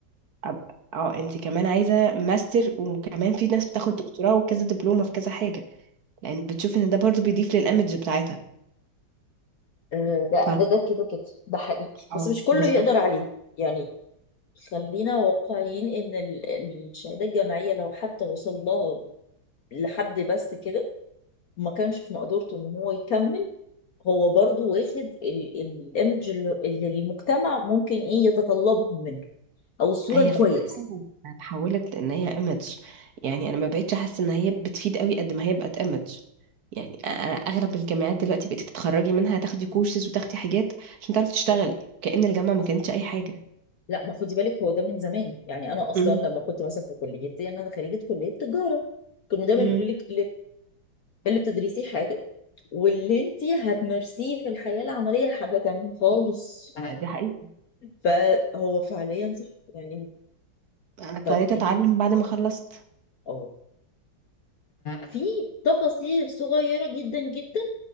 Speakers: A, on the right (about 55°); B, on the left (about 55°).
A: أب... اه انت كمان عايزة ماستر وكمان في ناس بتاخد دكتوراه وكذا دبلومة في كذا حاجة لان بتشوف ان ده برضو بيضيف للإيمج بتاعتها
B: آه، ده
A: ف
B: ده ده كده كده ده حقيقي
A: اه
B: بس مش كله
A: بالظبط
B: يقدر عليه يعني خلينا واقعيين ان ال- الشهاده الجامعيه لو حتى وصل لها لحد بس كده وما كانش في مقدورته ان هو يكمل هو برضو واخد ال- ال- الايمج اللي اللي المجتمع ممكن ايه يتطلبها منه او الصوره
A: هي
B: الكويسه
A: الفكرة فعلاً إنها اتحولت لان هي ايمج يعني انا ما بقتش احس ان هي بتفيد قوي قد ما هي بقت ايمج يعني أ- أنا اغلب الجامعات دلوقتي بقيتي تتخرجي منها تاخدي كورسز وتاخدي حاجات عشان تعرفي تشتغلي كأن الجامعة ما كانتش اي حاجة
B: لا ما خدي بالك هو ده من زمان يعني انا اصلا
A: امم
B: لما كنت مثلا في كليتي انا خريجه كليه تجاره كانوا دايما
A: امم
B: يقولوا لك اللي بتدرسيه حاجة واللي انتي هتمارسيه في الحياة العملية حاجة تانية خالص
A: دي حقيقة
B: فهو فعليا صح يعني
A: انا اضطريت
B: طب
A: اتعلم
B: ايه
A: بعد ما خلصت
B: اه في تفاصيل صغيرة جدا جدا